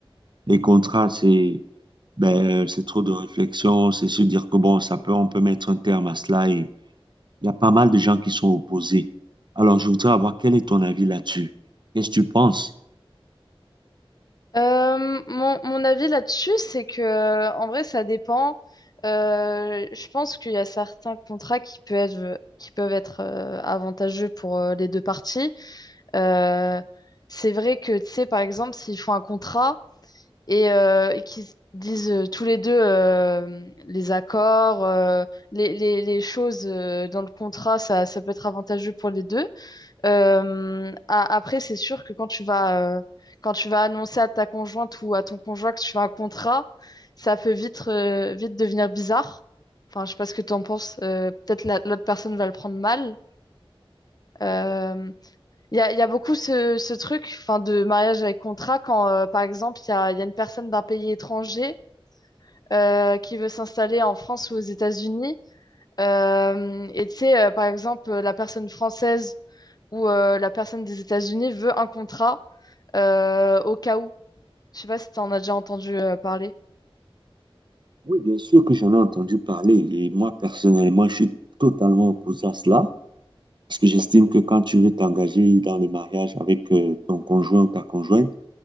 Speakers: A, on the right; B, on the left.
A: Les contrats, c'est ben c'est trop de réflexion, c'est se dire que bon, ça peut, on peut mettre un terme à cela et il y a pas mal de gens qui sont opposés. Alors je voudrais avoir quel est ton avis là-dessus? Qu'est-ce que tu penses?
B: Euh, mon, mon avis là-dessus, c'est que euh, en vrai, ça dépend. Euh, je pense qu'il y a certains contrats qui peuvent être, qui peuvent être euh, avantageux pour euh, les deux parties. Euh, c'est vrai que, tu sais, par exemple, s'ils font un contrat et, euh, et qu'ils se disent euh, tous les deux euh, les accords, euh, les, les, les choses euh, dans le contrat, ça, ça peut être avantageux pour les deux. Euh, a- après, c'est sûr que quand tu vas, euh, quand tu vas annoncer à ta conjointe ou à ton conjoint que tu fais un contrat, ça peut vite, euh, vite devenir bizarre. Enfin, je sais pas ce que tu en penses. euh, peut-être la- l'autre personne va le prendre mal. Euh, Il y a, il y a beaucoup ce, ce truc, enfin, de mariage avec contrat quand, euh, par exemple, il y a, il y a une personne d'un pays étranger euh, qui veut s'installer en France ou aux États-Unis. Euh, et tu sais, euh, par exemple, euh, la personne française ou euh, la personne des États-Unis veut un contrat euh, au cas où. Je sais pas si tu en as déjà entendu euh, parler.
A: Oui, bien sûr que j'en ai entendu parler et moi personnellement, je suis totalement opposé à cela parce que j'estime que quand tu veux t'engager dans le mariage avec euh, ton conjoint ou ta conjointe,